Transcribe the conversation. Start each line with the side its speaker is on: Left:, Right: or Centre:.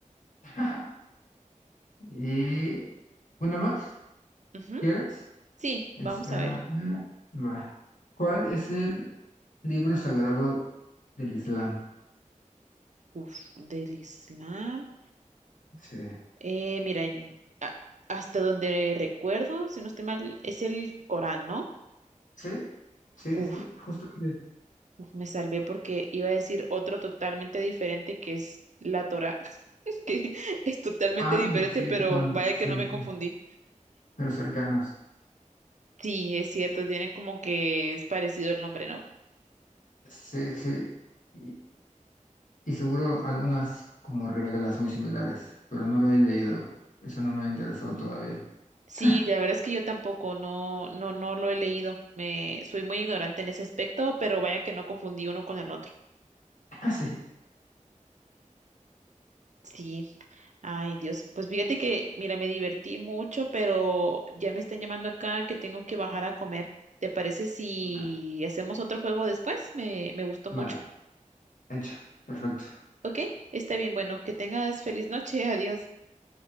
Left: <laughs> Y una más,
Right: Ujú,
Left: ¿quieres?
Right: Sí,
Left: Está.
Right: vamos a ver.
Left: ah, Va. ¿Cuál es el libro sagrado del Islam?
Right: Uf, del Islam.
Left: Sí.
Right: Eh, mira, y- a- hasta donde recuerdo, si no estoy mal, es el Corán, ¿no?
Left: Sí, sí,
Right: Uf,
Left: sí, sí, justamente.
Right: uf, me salvé porque iba a decir otro totalmente diferente que es la Torá, <laughs> que es totalmente
Left: Ah,
Right: diferente,
Left: venga, sí,
Right: pero
Left: sí, son,
Right: vaya
Left: sí,
Right: que no
Left: sí,
Right: me confundí.
Left: sí, pero cercanos.
Right: Sí, es cierto, tienen como que es parecido el nombre, ¿no?
Left: Sí, sí. Y, Y seguro algunas como reglas muy similares, pero no lo he leído. Eso no me ha interesado
Right: Ujú.
Left: todavía.
Right: Sí,
Left: <laughs>
Right: la verdad es que yo tampoco, no, no, no lo he leído. Me, soy muy ignorante en ese aspecto, pero vaya que no confundí uno con el otro.
Left: Ah, sí.
Right: Sí, ay Dios, pues fíjate que, mira, me divertí mucho, pero ya me están llamando acá que tengo que bajar a comer. ¿Te parece si
Left: Vale,
Right: hacemos otro juego después? Me, me gustó
Left: vale.
Right: mucho.
Left: Hecho. Perfecto.
Right: Ok, está bien, bueno, que tengas feliz noche, adiós.